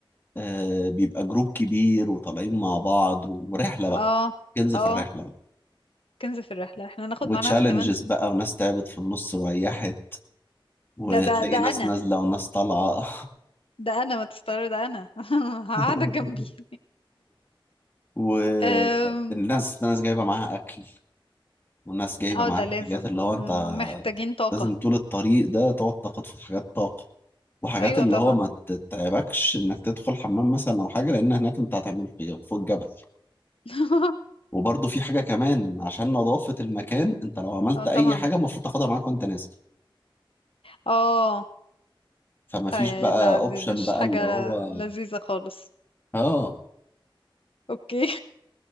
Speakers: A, on the left; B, on the left.
A: آه بيبقى جروب كبير وطالعين مع بعض و- ورحله بقى
B: اه
A: كنز
B: اه
A: في الرحله بقى
B: كنز في الرحلة احنا ناخد
A: وتشالنجز
B: معانا كمان
A: بقى وناس تعبت في النص وريحت وتلاقي
B: لا ده ده
A: ناس
B: انا
A: نازله وناس طالعه
B: ده انا ما تستغرب ده انا <laughs> قاعده
A: <laughs>
B: جنبي
A: والناس
B: أم،
A: ناس جايبه معاها اكل والناس جايبه
B: اه
A: معاها
B: ده لازم
A: حاجات اللي هو
B: مم،
A: انت
B: محتاجين طاقة
A: لازم طول الطريق ده تقعد تاخد في حاجات طاقه وحاجات
B: ايوه
A: اللي
B: طبعا
A: هو ما تتعبكش انك تدخل حمام مثلا او حاجه لان هناك انت هتعمل في فوق الجبل
B: <laughs>
A: وبرده في حاجه كمان ان عشان نظافه المكان انت لو عملت
B: اه طبعا
A: اي حاجه المفروض تاخدها معاك وانت نازل
B: اه
A: فما
B: طيب
A: فيش بقى
B: لا
A: اوبشن
B: دي مش
A: بقى
B: حاجة
A: اللي هو
B: لذيذة خالص
A: اه
B: اوكي